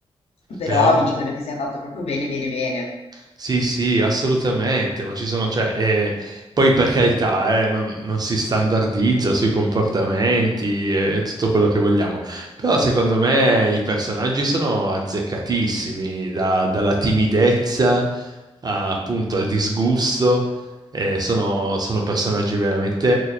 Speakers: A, on the left (about 65°); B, on the right (about 40°).
A: Però
B: però...
A: mi dicono che sia fatto proprio bene, bene, bene.
B: Sì, sì, assolutamente, ma ci sono, cioè, eh, poi per carità, eh, non, non si standardizza sui comportamenti e tutto quello che vogliamo, però secondo me i personaggi sono azzeccatissimi, da- dalla timidezza a, appunto al disgusto, eh, sono, sono personaggi veramente,